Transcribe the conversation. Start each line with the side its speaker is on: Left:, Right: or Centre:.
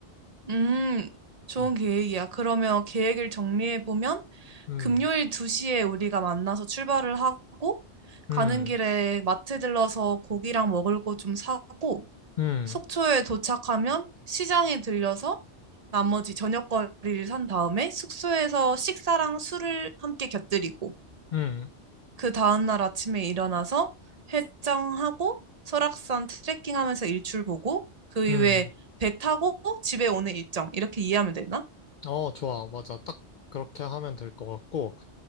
Right: 음, 좋은
Left: 음,
Right: 계획이야. 그러면 계획을 정리해보면,
Left: 음,
Right: 금요일 2시에 우리가 만나서 출발을 하고,
Left: 음,
Right: 가는 길에 마트 들러서 고기랑 먹을 거 좀 사고,
Left: 음,
Right: 속초에 도착하면 시장에 들려서 나머지 저녁거리를 산 다음에 숙소에서 식사랑 술을 함께 곁들이고,
Left: 음,
Right: 그 다음날 아침에 일어나서 해장하고 설악산 트레킹하면서 일출 보고 그 이후에
Left: 음.
Right: 배 타고 집에 오는 일정 이렇게 이해하면 되나?
Left: 어, 좋아. 맞아. 딱 그렇게 하면 될 것 같고,